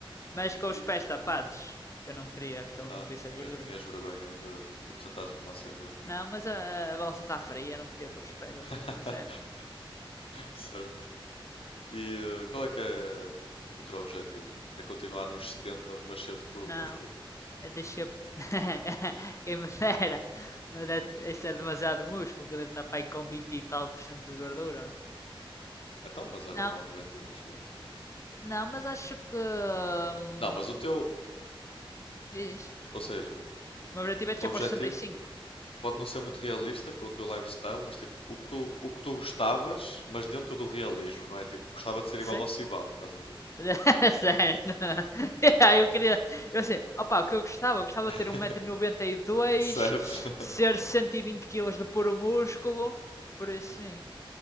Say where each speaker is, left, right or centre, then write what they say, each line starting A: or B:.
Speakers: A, on the left (about 30°); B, on the left (about 85°).
A: Mas com
B: E.
A: os pés tapados. Que eu não queria que ele
B: Ah,
A: me visse
B: tinhas,
A: a gordura.
B: tinhas vergonha de ver a, a porcentagem de massa gorda.
A: Não, mas a, a balança está fria. Eu Não queria pôr os pés, vou
B: <laughs>
A: ser sincero.
B: Certo. E eh, qual é que é o teu objetivo? É continuar nos 70, mas cedo por um
A: Não,
B: músculo?
A: deixa. <laughs> Quem me dera. Mas é, isso é demasiado músculo. Que eu devo estar para aí com 20 e tal por cento de gordura.
B: Então, mas era
A: Não,
B: um bom objetivo, acho eu.
A: Não, mas acho que. hum,
B: Não, mas o teu,
A: Diz.
B: ou seja,
A: O meu objetivo é descer
B: o objetivo
A: para os 65.
B: Pode não ser muito realista com o teu lifestyle, mas tipo, o que tu, o que tu gostavas, mas dentro do realismo, não é? Tipo, gostava de ser
A: Sim?
B: igual ao Sibam, estás a ver?
A: <laughs> Certo. <laughs> Aí Eu queria. Eu sei. Opa, o que eu gostava? Eu gostava
B: <laughs>
A: de ter um metro e noventa e dois
B: Certo. <laughs>
A: ser cento e vinte quilos de puro músculo. Por isso sim.